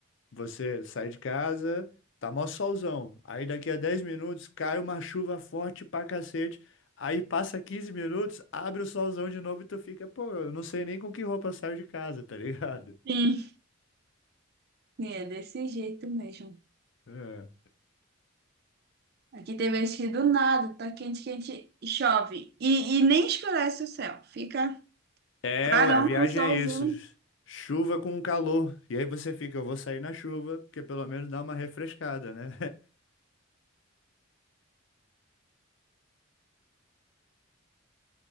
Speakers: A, on the left; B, on the right.
A: você sai de casa, tá mó solzão. Aí daqui a 10 minutos cai uma chuva forte pra cacete. Aí passa 15 minutos, abre o solzão de novo e tu fica, pô, eu não sei nem com que roupa eu saio de casa, tá ligado?
B: Sim,
A: <laughs>
B: sim, é desse jeito mesmo.
A: É.
B: Aqui tem vezes que do nada tá quente, quente e chove e, e nem escurece o céu, fica
A: É,
B: clarão
A: a viagem
B: com solzinho.
A: é isso. Chuva com calor. E aí você fica, eu vou sair na chuva, porque pelo menos dá uma refrescada, né?